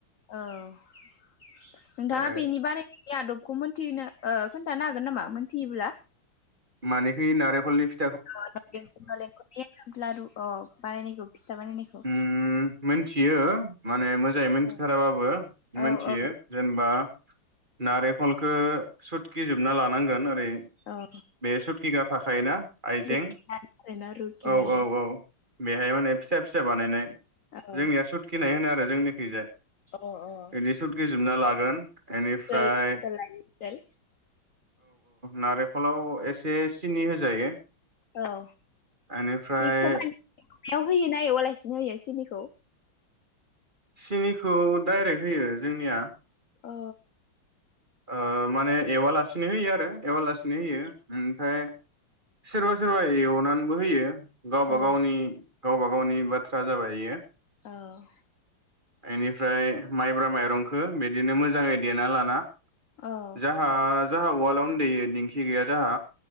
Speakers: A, on the left; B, on the right.
A: औ नोंथाङा
B: ओमफ्राय
A: बेनि बानायनायनि आदब खौ मोनथिनो ओ खोन्थानो हागोन नामा मोनथियोब्ला?
B: मानेखि नारेखलनि फि
A: नालेंखरनि एनथाब लारु अ। बानायनायखौ फिथा बानायनायखौ
B: उम मोनथियो माने मोजाङै मोनथिथाराबाबो
A: औ
B: मोनथियो
A: औ औ
B: जेनेबा नारेखलखो सुटकि जोबना लानांगोन ओरै बे
A: औ
B: सुतकिग्रा थाखायोना आइजें
A: रुखिनानै आरोना रुखिनानै
B: औ औ औ बेहाय माने फिसा फि पिसा बानायनाय
A: औ अ
B: जोंनिया सुटकिनाय होनो आरो। जोंनि खैजाय
A: ओनसोल
B: इदि सुटकि जोबना लागोन इनिफ्राय
A: ओनसोल लायै
B: नारेखलाव एसे सि सिनि होजायो
A: औ
B: बेनिफ्राय
A: बेखौ माने एवनायाव होयोना एवालासि होयो सिनिखौ
B: सिनिखौ डाइरेक्ट होयो जोंनिया
A: ओ
B: ओ माने एवालासिनो होयो आरो एवालासिनो होयो उम फ्राय सोरबा सोरबा एव नानबो होयो गावबा
A: औ
B: गावनि गावबा गावनि बाथ्रा जाबाय इयो।
A: औ
B: बेनिफ्राय माइब्रा माइरंखो बिदिनो मोजाङै देना लाना
A: औ
B: जाहाज। जाहा उवालआवनो देयो दिंखि गैया जाहा।